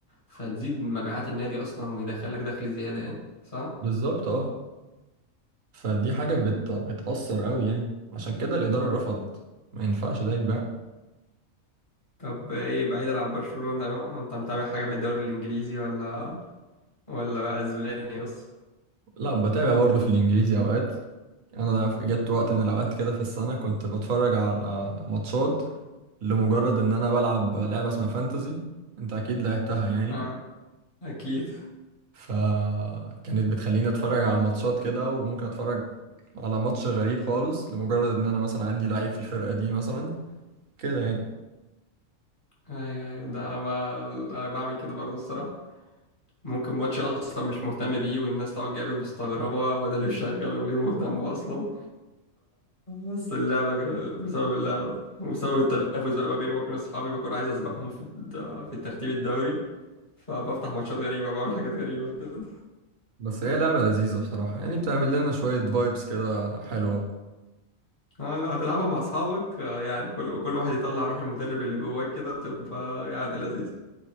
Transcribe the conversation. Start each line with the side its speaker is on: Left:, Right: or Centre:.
Left: فتزيد مبيعات النادي اصلا ويدخلك دخل زياده يعني صح
Right: بالظبط اه فدي حاجة بت... بتأثر قوي يعني عشان كده الإدارة رفضت ما ينفعش ده يتباع
Left: طب ايه بعيدا عن برشلونه ده انت متابع حاجه في الدوري الانجليزي ولا ولا بقى اسباني بس
Right: لا بتابع برضه في الإنجليزي أوقات انا في- جت وقت من الاوقات كده في السنه كنت بتفرج على ماتشات لمجرد ان انا بلعب لعبه اسمها فانتزي انت اكيد لعبتها يعني
Left: اه اكيد
Right: فكانت بتخليني اتفرج على الماتشات كده وممكن اتفرج على ماتش غريب خالص لمجرد ان انا مثلا عندي لعيب في الفرقة دي مثلا كده يعني
Left: ايوه ايوه ده ما انا بعمل كده برضه الصراحه ممكن ماتش اصلا مش مهتم بيه والناس تقعد جايبه مستغربه وده ليه شغال وليه مهتم اصلا بس اللعبة جا- بسبب اللعبة وبسبب التنافس بقى ما بيني وما بين أصحابي بكون عايز أسبقهم في الد- في الترتيب الدوري فبفتح ماتشات غريبة وبعمل حاجات غريبة كده
Right: بس هي لعبة لذيذة بصراحة يعني بتعمل لنا شوية فايبس كده حلوة
Left: اه لو هتلعبها مع أصحابك آه، يعني كل كل واحد يطلع روح المدرب اللي جواك كده بتبقى يعني لذيذة